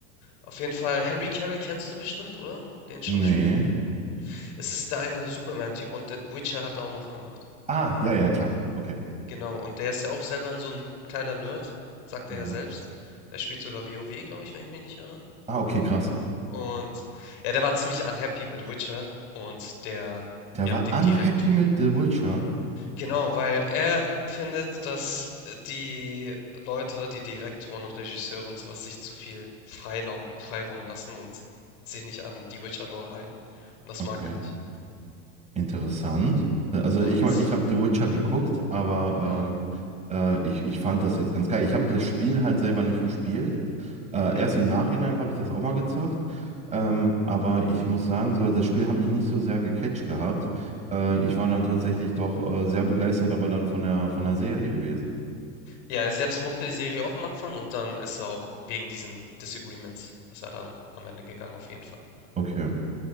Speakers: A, on the left (about 60°); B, on the right (about 15°).
A: auf jeden Fall. Henry Cavill kennst du bestimmt, oder? Den Schauspieler.
B: Nee.
A: Es ist der eine Superman-Typ und The Witcher hat er auch noch gemacht.
B: Ah, ja, ja, klar. Okay.
A: Genau, und der ist ja auch selber so ein kleiner Nerd, sagt
B: Ja.
A: er ja selbst. Der spielt sogar WoW, glaube ich, wenn ich mich nicht irre.
B: Ah, okay, krass.
A: Und ja, der war ziemlich unhappy mit Witcher und der,
B: Der
A: ja,
B: war
A: dem
B: unhappy
A: Direktor.
B: mit The Witcher.
A: Genau, weil er findet, dass äh, die Leute, die Direktoren und Regisseure und sowas, sich zu viel Freiraum, Freiraum lassen und sich nicht an die Witcher-Lore halten. Und das
B: Okay.
A: mag er nicht.
B: Interessant. Also
A: Und,
B: ich meine, ich habe The Witcher geguckt, aber
A: aha,
B: ähm, äh, ich, ich fand das jetzt ganz geil. Ich habe das Spiel halt selber nicht gespielt. Äh,
A: mhm.
B: erst im Nachhinein habe ich das auch mal gezockt. Ähm, aber ich muss sagen, so, das Spiel hat mich nicht so sehr gecatcht gehabt. Äh, ich war dann tatsächlich doch äh, sehr begeistert, aber dann von der von der Serie gewesen.
A: Ja, er selbst mochte die Serie auch am Anfang und dann ist er auch wegen diesen Disagreements, ist er dann am Ende gegangen, auf jeden Fall.
B: Okay.